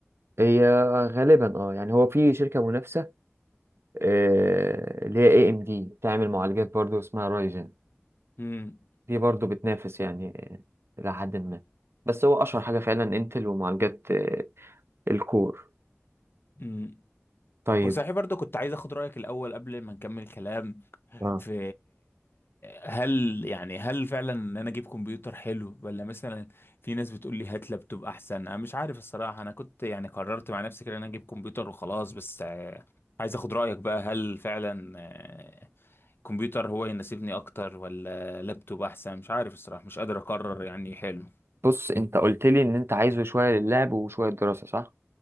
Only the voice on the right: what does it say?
هي غالبا اه يعني هو في شركه منافسه آه، اللي هي اي ام دي بتعمل معالجات برضو اسمها رايزن
دي برضو بتنافس يعني آه، إلى حد ما بس هو أشهر حاجة فعلا انتل ومعالجات آه، الكور
طيب
اه
بص انت قلت لي ان انت عايزه شوية للعب وشوية دراسة صح؟